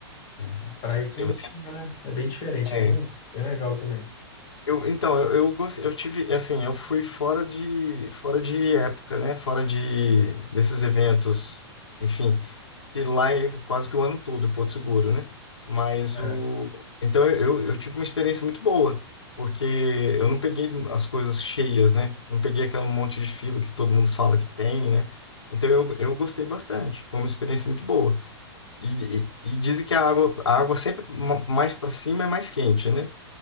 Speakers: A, on the left (about 90°); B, on the left (about 30°).
A: é.
B: A praia é quentinha,
A: Eu,
B: né? É bem diferente,
A: é,
B: é bem, bem legal também.
A: eu- então, eu, eu, gostei- eu tive, assim, eu fui fora de, fora de época, né? Fora de, desses eventos, enfim. que lá é quase que o ano todo em Porto Seguro, né? Mas
B: É.
A: o. Então eu, eu tive uma experiência muito boa, porque eu não peguei as coisas cheias, né? Não peguei aquele monte de fila que todo mundo fala que tem, né? Então eu, eu gostei bastante, foi uma experiência muito boa. E, e, e dizem que a água, a água sempre ma- mais para cima é mais quente, né?